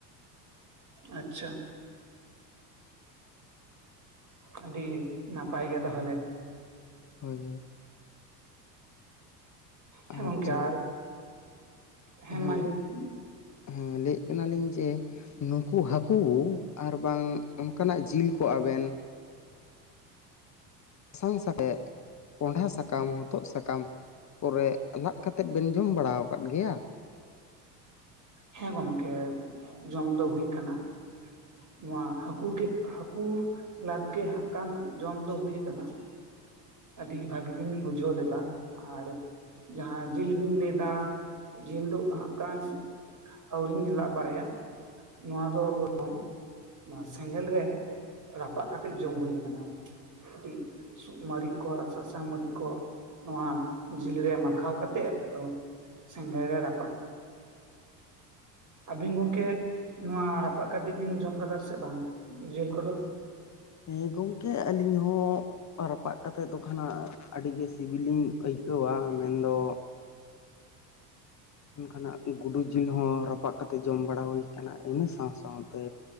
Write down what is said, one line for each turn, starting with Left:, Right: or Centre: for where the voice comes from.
Right: ᱟᱪᱪᱷᱟ ᱾ ᱟᱹᱰᱤ ᱱᱟᱯᱟᱭ ᱜᱮ ᱛᱟᱦᱚᱞᱮ ᱾
Left: ᱦᱳᱭ ᱦᱳᱭ ᱾ ᱟᱪᱪᱷᱟ
Right: ᱦᱮᱸ ᱜᱚᱝᱠᱮ ᱟᱨ ᱦᱮ
Left: ᱦᱮᱸ
Right: ᱢᱟᱸ ᱞᱟᱹᱭ ᱵᱤᱱ ᱾
Left: ᱦᱮᱸ ᱞᱟᱹᱭᱮᱫ ᱠᱟᱱᱟᱞᱤᱧ ᱡᱮ ᱱᱩᱠᱩ ᱦᱟᱹᱠᱩ ᱟᱨᱵᱟᱝ ᱚᱱᱠᱟᱱᱟᱜ ᱡᱤᱞ ᱠᱚ ᱟᱵᱮᱱ <unintelligible> ᱠᱚᱱᱰᱷᱟ ᱥᱟᱠᱟᱢ ᱦᱚᱛᱚᱫ ᱥᱟᱠᱟᱢ ᱠᱚᱨᱮ ᱞᱟᱫ ᱠᱟᱛᱮᱫ ᱵᱮᱱ ᱡᱚᱢ ᱵᱟᱲᱟ ᱟᱠᱟᱫ ᱜᱮᱭᱟ?
Right: ᱦᱮᱸ ᱜᱚᱝᱠᱮ ᱡᱚᱢ ᱫᱚ ᱦᱩᱭ ᱟᱠᱟᱱᱟ ᱾ ᱱᱚᱣᱟ ᱦᱟᱹᱠᱩ ᱜᱮ ᱦᱟᱹᱠᱩ ᱞᱟᱫ ᱜᱮ ᱦᱟᱸᱜ ᱠᱷᱟᱱ ᱡᱚᱢ ᱫᱚ ᱦᱩᱭ ᱟᱠᱟᱱᱟ ᱾ ᱟᱹᱰᱤ ᱵᱷᱟᱹᱜᱤ ᱜᱤᱧ ᱵᱩᱡᱷᱟᱹᱣ ᱞᱮᱫᱟ ᱟᱨ ᱡᱟᱦᱟᱸ ᱡᱤᱞ ᱵᱤᱱ ᱞᱟᱹᱭᱫᱟ ᱡᱤᱞ ᱫᱚ ᱦᱟᱸᱜ ᱠᱷᱟᱱ ᱟᱹᱣᱨᱤᱧ ᱞᱟᱜ ᱵᱟᱲᱟᱭᱟ ᱱᱚᱣᱟ ᱫᱚ ᱵᱚᱨᱚᱝ ᱱᱟ ᱥᱮᱸᱜᱮᱞ ᱨᱮ ᱨᱟᱯᱟᱜ ᱠᱟᱛᱮᱜ ᱡᱚᱢ ᱦᱳᱭ ᱟᱠᱟᱱᱟ ᱾ ᱠᱟᱹᱴᱤᱜ ᱥᱩᱠᱢᱟᱨᱤ ᱠᱚ ᱥᱟᱥᱟᱝ ᱢᱟᱨᱤᱡ ᱠᱚ ᱱᱚᱣᱟ ᱡᱤᱞᱨᱮ ᱢᱟᱠᱷᱟᱣ ᱠᱟᱛᱮᱜ ᱟᱫᱚ ᱥᱮᱸᱜᱮᱞ ᱨᱮ ᱨᱟᱯᱟᱜ ᱟᱵᱤᱱ ᱜᱚᱝᱠᱮ ᱱᱚᱣᱟ ᱨᱟᱯᱟᱜ ᱠᱟᱛᱮᱜ ᱵᱤᱱ ᱡᱚᱢ ᱠᱟᱫᱟ ᱥᱮ ᱵᱟᱝ ᱡᱮᱹᱞ ᱠᱚᱫᱚ?
Left: ᱦᱮᱸ ᱜᱚᱝᱠᱮ ᱟᱹᱞᱤᱧ ᱦᱚᱸ ᱨᱟᱯᱟᱜ ᱠᱟᱛᱮᱜ ᱛᱚ ᱠᱷᱚᱱᱟᱜ ᱟᱹᱰᱤᱜᱮ ᱥᱤᱵᱤᱞᱤᱧ ᱟᱹᱭᱠᱟᱹᱣᱟ ᱢᱮᱱᱫᱚ ᱚᱱᱠᱟᱱᱟᱜ ᱜᱩᱰᱩ ᱡᱤᱞ ᱦᱚᱸ ᱨᱟᱯᱟᱜ ᱠᱟᱛᱮᱜ ᱡᱚᱢ ᱵᱟᱲᱟ ᱦᱩᱭ ᱠᱟᱱᱟ ᱤᱱᱟᱹ ᱥᱟᱶ ᱥᱟᱶᱛᱮ